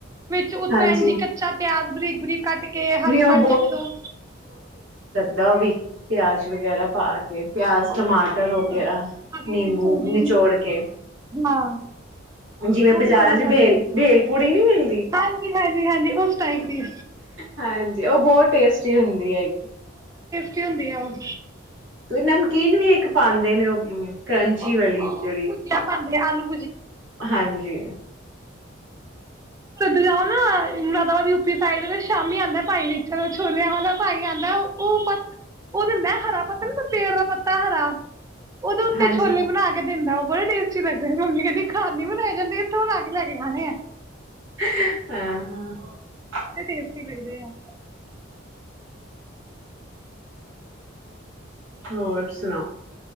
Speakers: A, on the right; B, on the right.
A: ਵਿੱਚ ਉਤ
B: ਹਾਂਜੀ
A: ਐਨ ਜੀ ਕੱਚਾ ਪਿਆਜ ਬਰੀਕ, ਬਰੀਕ ਕੱਟ ਕੇ ਹਰੀ
B: ਨੀ ਉਹ
A: ਮਿਰਚ ਇੱਕ ਦੋ
B: ਦਾਂ ਵੀ ਪਿਆਜ ਵਗੈਰਾ ਪਾ ਕੇ ਪਿਆਜ
A: ਬਹੁਤ
B: ਟਮਾਟਰ
A: ਟੇਸਟੀ ਲੱਗਦਾ
B: ਹੋ ਗਿਆ,
A: ਹਰੀ
B: ਨਿੰਬੂ
A: ਮਿਰਚ ਹੋ ਗਈ
B: ਨਿਚੋੜ ਕੇ
A: ਹਾਂ
B: ਜਿਵੇਂ
A: ਉਹ
B: ਬਾਜ਼ਾਰਾਂ
A: ਵੀ ਬੜਾ
B: ਚ
A: ਖਾਂਦੇ
B: ਭੇਲ ਪੂੜੀ ਨੀ ਮਿਲਦੀ।
A: ਹਾਂਜੀ, ਹਾਂਜੀ, ਹਾਂਜੀ ਉਸ ਟਾਈਪ ਦੀ
B: ਹਾਂਜੀ ਉਹ ਬਹੁਤ ਟੇਸਟੀ ਹੁੰਦੀ ਹੈਗੀ।
A: ਕੀ ਹੁੰਦੀ ਆ ਉਹ
B: ਤੂੰਸੀ ਨਮਕੀਨ ਵੀ ਇੱਕ ਪਾਉਂਦੇ ਨੇ ਉਹ ਕਰੰਚੀ
A: ਉਹ
B: ਵਾਲੀ ਜਿਹੜੀ
A: ਭੁਜੀਆ ਪਾਉਂਦੇ ਆ ਆਲੂ
B: ਹਾਂਜੀ <inaudible>
A: ਉਧਰ ਜਾਓ ਨਾ ਮੁਰਾਦਾਬ ਦੀ ਉ ਪੀ ਸਾਈਡ ਸ਼ਾਮੀ ਆਉਂਦਾ ਭਾਈ ਵਿੱਚ ਛੋਲਿਆਂ ਵਾਲ ਦਾ ਭਾਈ ਆਂਦਾ ਉਹ ਪ ਉਹ ਦਿੰਦਾ ਹਰਾ ਪਤਾ ਨ ਪੇੜ ਦਾ ਪੱਤਾ ਹਰਾ ਉਹਦੇ ਉੱਤੇ
B: ਹਾਂਜੀ
A: ਛੋਲੇ ਬਣਾ ਕੇ ਦਿੰਦਾ। ਉਹ ਬੜਾ ਅੱਛੇ ਲੱਗਦੇ ਨੇ, ਮੰਮੀ ਕਹਿੰਦੀ ਘਾਰ ਨੀ ਬਣਾ ਜਾਂਦੇ ਇਥੋ ਲੈ ਕੇ
B: ਹਾਂ।
A: ਖਾਣੇ ਆ ਤੇ ਟੇਸਟੀ ਲੱਗਦੇ ਐ
B: ਹੋਰ ਸੁਣਾਓ।